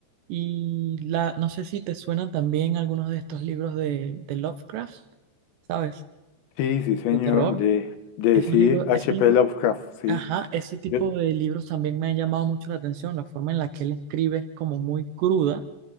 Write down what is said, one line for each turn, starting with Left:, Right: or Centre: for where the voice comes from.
Right: y la, no sé si te suenan también algunos de estos libros de, de Lovecraft, ¿sabes?
Left: Sí, sí, señor,
Right: De terror.
Left: de, de
Right: Esos
Left: sí,
Right: libros,
Left: H.P.
Right: ese libro-
Left: Lovecraft, sí.
Right: Ajá, ese tipo
Left: Yo,
Right: de libros también me han llamado mucho la atención, la forma en la que él escribe es como muy cruda